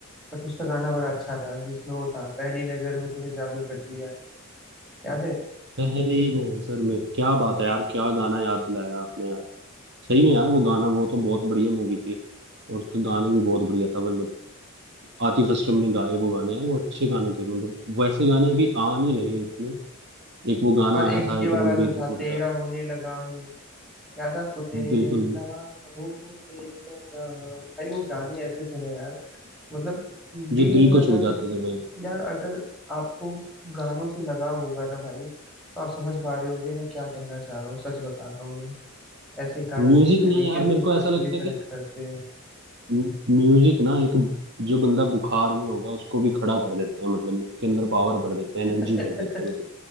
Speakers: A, in the centre; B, on the right.
A: बट उसका गाना बड़ा अच्छा था जिसमें वो था पहली नजर में तूने जादू कर दिया याद है
B: पहली नजर में क्या बात है यार क्या गाना याद दिलाया आपने यार सही में यार वो गाना वो तो बहुत बढ़िया मूवी थी और उसके गाने भी बहुत बढ़िया था मतलब आतिफ असलम ने गाए वो गाने यार वो अच्छे गाने थे मतलब वैसे गाने अभी आ नहीं रहे इतने एक वो गाना
A: और एक
B: आया था
A: ये
B: एक
A: वाला
B: रणबीर
A: जो था
B: कपूर
A: तेरा
B: का
A: होने लगा हूँ याद है आपको तेरा
B: बिल्कुल भी,
A: होने लगा हूँ भाई वो गाने ऐसे थे ना यार मतलब दिल
B: जो दिल
A: में
B: को
A: अगर
B: छू जाते थे भाई
A: यार अगर आपको गानों से लगाव होगा ना भाई तो आप समझ पा रहे होगे मैं क्या कहना चाह रहा हूँ सच बता रहा हूँ मैं ऐसे गाने
B: म्यूजिक
A: किस तरीके
B: ना यार
A: से
B: मेरे को
A: पर्सनली
B: ऐसा लगता
A: कनेक्ट
B: है कि
A: करते हैं
B: म्यूजिक ना एक जो बंदा बुखार में होगा उसको भी खड़ा कर देते हैं मतलब उसके अंदर पावर भर देते हैं
A: <laughs>
B: एनर्जी भर देते हैं मतलब